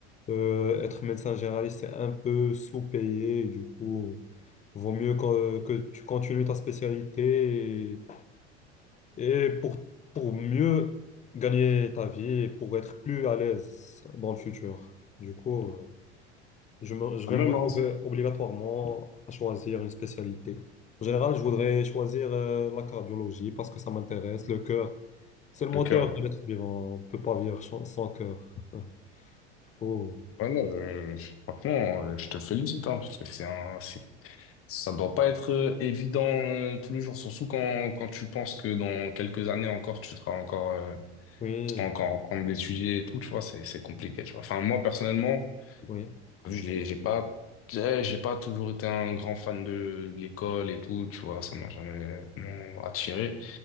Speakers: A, on the left (about 20°); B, on the left (about 40°).
A: euh, être médecin généraliste, c'est un peu sous-payé. Du coup, vaut mieux que, que tu continues ta spécialité et, et pour, pour mieux gagner ta vie et pour être plus à l'aise dans le futur. Du coup, euh, Je, me- je
B: Ah
A: vais
B: même,
A: me retrouver
B: hein,
A: obligatoirement à choisir une spécialité. En général, je voudrais choisir euh, la cardiologie parce que ça m'intéresse. Le cœur, c'est le moteur
B: le cœur.
A: de l'être vivant. On ne peut pas vivre sans sans cœur. <laughs> Du coup,
B: Voilà, je, franchement, euh, je te félicite, hein, parce que c'est un, c'est Ça doit pas être euh, évident euh, tous les jours, surtout quand, quand tu penses que dans quelques années encore, tu seras encore, euh,
A: oui,
B: tu seras encore en prendre des sujets et tout, tu vois, c'est, c'est compliqué, tu vois. Enfin, moi, personnellement,
A: oui.
B: j'ai, j'ai pas, j'ai j'ai pas toujours été un grand fan de l'école et tout, tu vois, ça m'a jamais vraiment attiré.